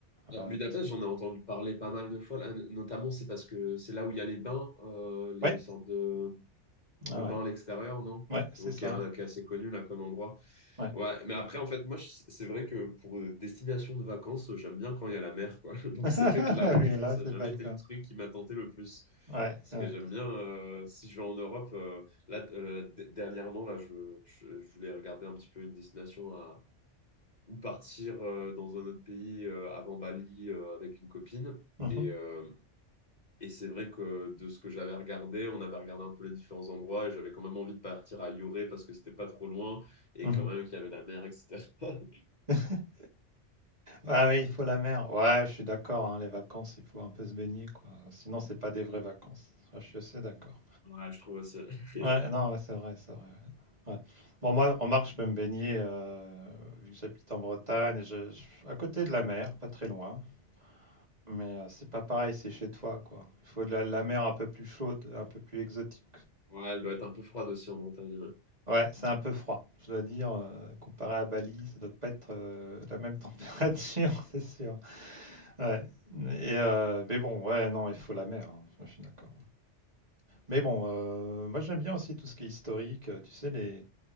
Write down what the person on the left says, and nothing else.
Budapest, j'en ai entendu parler pas mal de fois. là, Notamment, c'est parce que c'est là où il y a les bains, euh, les
sortes de, de
bains à l'extérieur, non?
Ou
Qui est, un- qui est assez connu là comme endroit.
Ouais, mais après, en fait, moi, je- c'est vrai que pour euh, destination de vacances, j'aime bien quand il y a la mer, quoi. <laughs> Donc,
c'est vrai que la Hongrie,
ça
n'a jamais
été
le truc qui m'a tenté le plus.
Parce
que j'aime bien, euh, si je vais en Europe, euh, là, euh, d- dernièrement, là, je, je je voulais regarder un petit peu une destination à ou partir euh, dans un autre pays euh, avant Bali euh, avec une copine.
Et, euh, et c'est vrai que de ce que j'avais regardé, on avait regardé un peu les différents endroits et j'avais quand même envie de partir à Lloré parce que c'était pas trop loin et
quand même qu'il y avait la mer, etc. <laughs>
Hmm.
Ouais, je trouve aussi. <laughs>
Ouais, elle doit être un peu froide aussi en montagne.